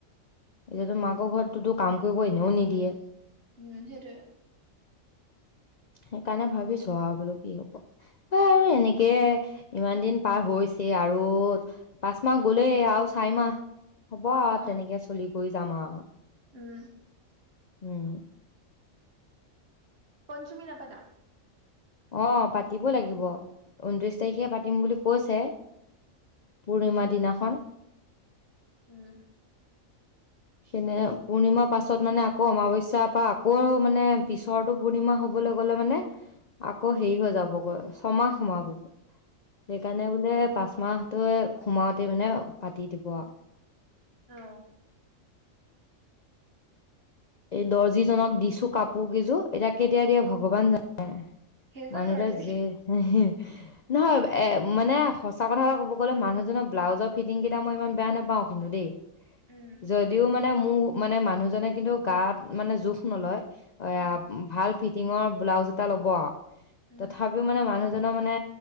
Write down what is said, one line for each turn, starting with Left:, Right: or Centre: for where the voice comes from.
Left: এতিয়াতো মাকৰ ঘৰততো কাম কৰিব এনেও নিদিয়ে।
Right: উম, সেইটোৱে।
Left: সেইকাৰণে ভাবিছো আৰু বোলো কি হ'ব। বাৰু এনেকে ইমান দিন পাৰ হৈছে আৰু পাঁচ মাহ গলেই আৰু চাৰি মাহ হ'ব‌ও আৰু
Right: অ
Left: তেনেকে চলি বৈ যাম আৰু।
Right: উম।
Left: উম।
Right: পঞ্চমী নাপাতা।
Left: অ', পাতিব লাগিব। ঊনত্ৰিশ তাৰিখে পাতিম বুলি কৈছে। পূৰ্ণিমাৰ দিনাখ খন
Right: উম।
Left: সিদিনে, পূৰ্ণিমাৰ পাছত মানে আকৌ অমাৱস্যাৰ পৰা আকৌ মানে পিছৰটো পূৰ্ণিমা হবলৈ গ'লে মানে আকৌ হেৰি হৈ যাবগৈ। ছমাহ সোমাবগৈ। সেইকাৰণে বোলে পাচঁ মাহটোৱে সোমাওঁতে মানে পাতি দিব আৰু।
Right: অ।
Left: এই দৰ্জিজনক দিছো কাপোৰ কেইযোৰ। এতিয়া কেতিয়া দিয়ে ভগৱান জানে আৰ।
Right: সেইজন
Left: মানুহতৰ
Right: দৰ্জি
Left: জে হ‌হ নহয়, এ মানে সঁচা কথা এটা ক'ব গ'লে, মানুহজনৰ ব্লাউজৰ ফিটিং কেইটা মই ইমান বেয়া নাপাওঁ, কিন্তু দেই।
Right: উম
Left: যদিও মান মানে, মোৰ মানে মানুহজনে কিন্তু গাত, মানে জোখ নলয় অয়া
Right: উম
Left: ভাল ফিট ফিটিংৰ ব্লাউজ এটা ল'ব আৰু
Right: উম
Left: তথাপিও মানে মানুহ মানুহৰজনৰ মানে,